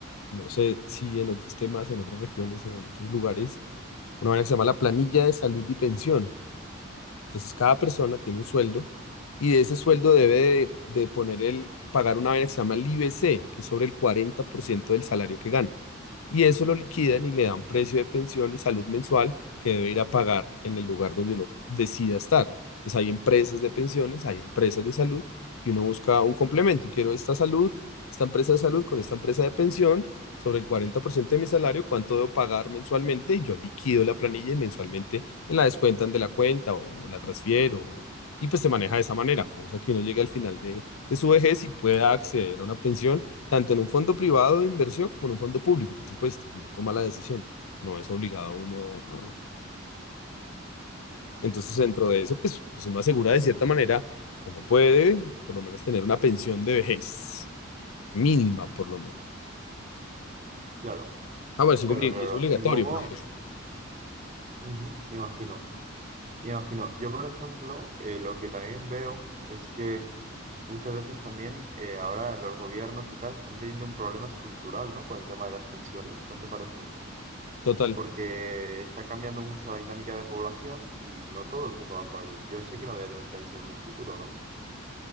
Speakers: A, on the left; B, on the right.
A: no sé si en otros temas, en otras regiones o en otros lugares, una manera que se llama la planilla de salud y pensión. Entonces cada persona tiene un sueldo y de ese sueldo debe de, de poner el, pagar una vaina que se llama el IBC, que es sobre el 40% del salario que gana. Y eso lo liquidan y le dan precio
B: Sí.
A: de pensión y salud mensual que debe ir a pagar en el lugar donde uno decida estar. Entonces hay empresas de pensiones, hay empresas de salud y uno busca un complemento. Quiero esta salud, esta empresa de salud con esta empresa de pensión sobre el 40% de mi salario, cuánto debo pagar mensualmente y yo liquido la planilla y mensualmente me la descuentan de la cuenta o la transfiero. Y pues se maneja de esa manera, cosa que uno llegue al final de, de su vejez y pueda acceder a una pensión, tanto en un fondo privado de inversión como en un fondo público, por supuesto. Uno toma la decisión, no es obligado uno. a- Entonces,
B: Sí, no.
A: dentro de eso, pues, pues uno asegura de cierta manera, como puede, por lo menos tener una pensión de vejez mínima, por lo menos.
B: Claro,
A: Ah, bueno, sí,
B: claro,
A: cumplir,
B: claro.
A: es obligatorio,
B: Y luego,
A: por supuesto.
B: ujú, imagino, imagino. Yo, por ejemplo, eh, lo que también veo es que muchas veces también eh, ahora los gobiernos y tal están teniendo un problema estructural, ¿no? Con el tema de las pensiones, ¿no te parece?
A: Total.
B: Porque está cambiando mucho la dinámica de población y no todo el mundo va por el... Yo sé que no voy a tener pensión en un futuro, ¿no?